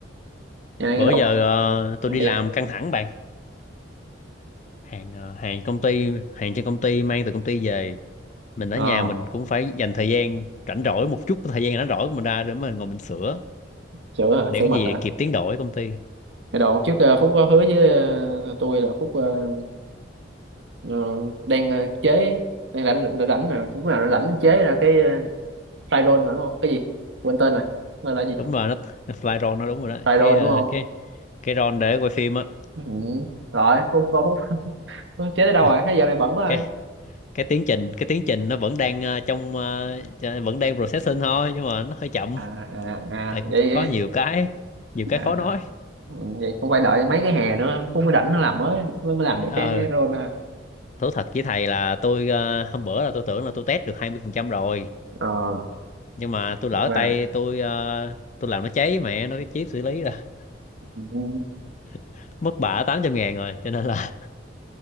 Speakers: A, on the right; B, on the left.
A: Nhà này
B: bữa
A: cái đồ
B: giờ
A: Phúc
B: ờ, tôi
A: mặt
B: đi
A: điện.
B: làm
A: à?
B: căng thẳng bạn hàng ờ, hàng công ty hàng trên công ty mang từ công ty về mình ở
A: Ờ,
B: nhà mình cũng phải dành thời gian rảnh rỗi một chút thời gian rảnh rỗi của mình ra để mình ngồi mình sửa
A: sửa hả?
B: để
A: Sửa
B: cái
A: mặt
B: gì
A: à
B: kịp tiến độ ở công ty
A: Cái đồ trước ờ, Phúc có hứa với ờ, tôi là Phúc ờ, ờ, đang ờ, chế đang rảnh rảnh rảnh mà lúc nào nó rảnh chế ra cái ờ, fry roll mà đúng không? Cái gì? Quên tên rồi. Gọi là gì?
B: đúng rồi nó, <laughs> nó fly roll nó đúng rồi đó
A: Fry
B: cái
A: roll
B: ờ,
A: đúng không?
B: cái cái roll để quay phim á
A: Ừ. Rồi, Phúc có Phúc Phúc chế tới đâu
B: <laughs>
A: rồi? Thế giờ này bận quá
B: cái
A: rồi.
B: cái tiến trình cái tiến trình nó vẫn đang ờ, trong ờ, vẫn đang processing thôi nhưng mà nó hơi chậm
A: À à à
B: tại
A: vậy
B: cũng có
A: vậy-
B: nhiều cái nhiều cái
A: à,
B: khó nói
A: vậy cũng phải đợi mấy cái hè nữa Phúc mới rảnh nó làm mới mới mới làm
B: ờ
A: được cái cái roll ha.
B: thú thật với thầy là tôi ờ, hôm bữa là tôi tưởng là tôi test được 20% rồi
A: Ờ
B: nhưng mà tôi
A: nhưng
B: lỡ
A: mà
B: tay tôi ờ, tôi làm nó cháy mẹ nó cái chip xử lý là
A: Ừ.
B: <laughs> mất bả 800 ngàn rồi cho nên là